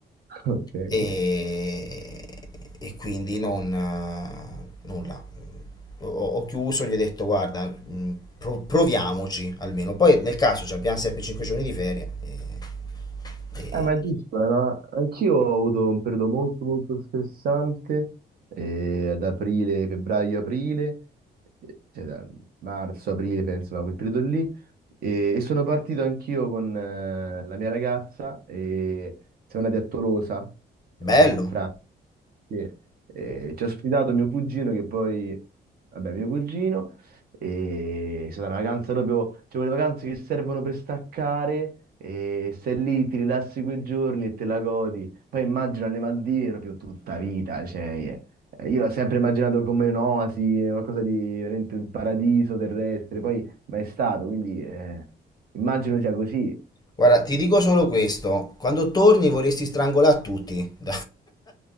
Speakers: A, on the right (about 60°); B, on the left (about 25°).
A: <laughs> Ok. Eh,
B: e, e quindi non eh, nulla. Ho, ho chiuso, gli ho detto guarda, mh, pro- proviamoci almeno. Poi nel caso ci abbiamo sempre 5 giorni di ferie. e- e-
A: ma è giusto, era- anch'io ho avuto un periodo molto molto stressante eh, ad aprile, febbraio, aprile, eh, cioè da marzo, aprile, penso, no, quel periodo lì. E, e sono partito anch'io con eh, la mia ragazza e siamo andati a Tolosa,
B: bello.
A: eh, in Francia. Sì. Eh, ci ha ospitato mio cugino che poi, vabbè, mio cugino. E è stata una vacanza proprio, cioè quelle vacanze che servono per staccare e stai lì, ti rilassi quei giorni e te la godi. Poi immagino alle Maldive proprio tutta vita, cioè eh, io l'ho sempre immaginato come un'oasi, eh, qualcosa di veramente il paradiso terrestre, poi mai stato, quindi eh, immagino sia così.
B: Guarda, ti dico solo questo, quando torni vorresti strangolare tutti. <laughs>